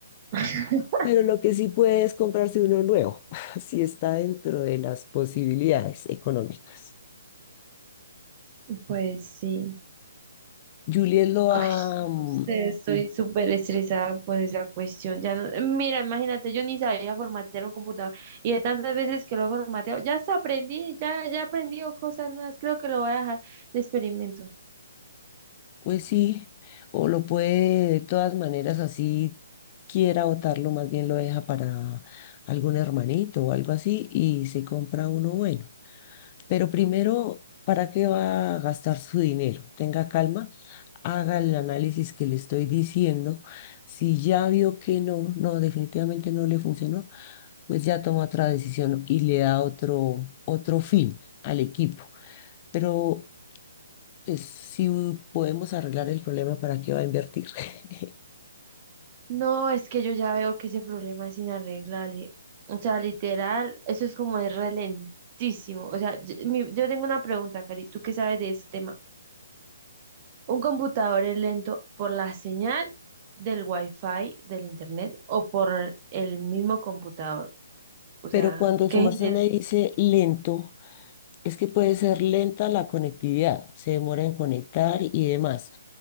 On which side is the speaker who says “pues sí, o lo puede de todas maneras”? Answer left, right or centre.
Left